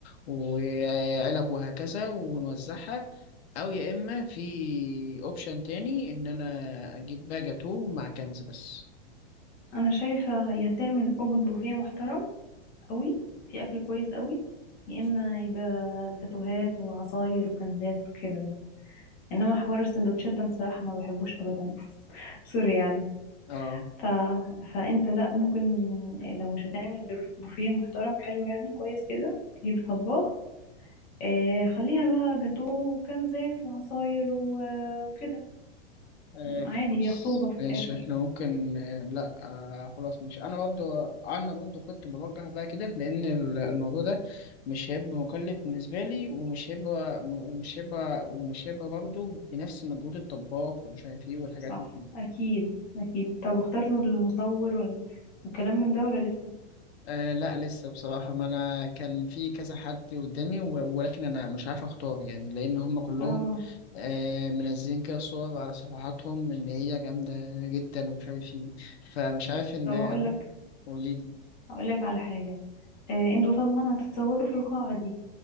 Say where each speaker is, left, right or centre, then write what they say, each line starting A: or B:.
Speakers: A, on the left (about 85°); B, on the left (about 25°).
A: وعلب وهكذا ونوزعها أو يا إما في أوبشن تاني إن أنا أجيب بقى جاتوه مع كنز بس.
B: أنا شايفة يا تعمل أوبن بوفيه محترم قوي في أكل كويس قوي يا إما يبقى جاتوهات وعصاير وكنزات وكده بس إنما حوار السندوتشات ده أنا صراحة ما بحبوش أبدا <laughs> سوري يعني
A: اه
B: ف... فانت لا ممكن لو مش هتعمل بف... بوفيه محترم حلو يعني كويس كده تجيب طباخ آه خليها بقى جاتو وكنزات وعصاير و... وكده
A: ايه
B: عادي
A: خلاص
B: هي خطوبة في الآخر
A: ماشي احنا ممكن آه، لا آه خلاص مش انا برضو انا برضو كنت بوجه بقى كده لان ال- الموضوع ده مش هيبقى مكلف بالنسبه لي ومش هيبقى ومش هيبقى ومش هيبقى برضو بنفس مجهود الطباخ ومش عارف ايه والحاجات
B: صح
A: دي
B: أكيد أكيد طب اخترتوا المصور وال... والكلام من ده ولا لسه
A: آه لا لسه بصراحة ما أنا كان في كذا حد قدامي و- ولكن أنا مش عارف أختار يعني لأن هم كلهم
B: اه
A: آه منزلين كده صور على صفحاتهم إن هي جامدة جدا ومش عارف إيه فمش عارف إن
B: طب
A: <laughs>
B: هقولك
A: هم قوليلي
B: هقولك على حاجة آه انتوا طبعا هتتصوروا في القاعة دي